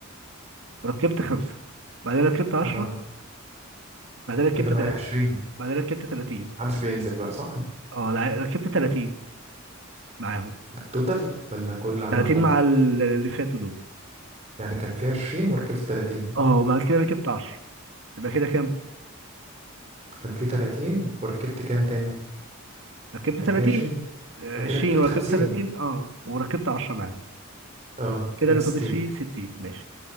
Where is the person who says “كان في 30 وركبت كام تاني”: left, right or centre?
Right